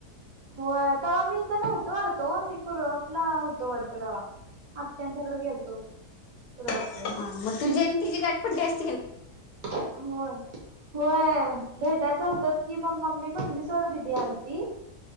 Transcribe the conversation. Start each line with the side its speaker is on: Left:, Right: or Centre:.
Right: होय.. तव्हा मी हित नव्हतो वाटत हो? मी कुरू आपला होतो वाटत तव्हा. आत्यांच्याकड गेलतो. कुरपला
Left: ह.. मग तुझी अन तिची गाट पडली अस
Right: होय.. होय.. भेटायच होतच की मग मी म्हणली सोड दीदी आलती.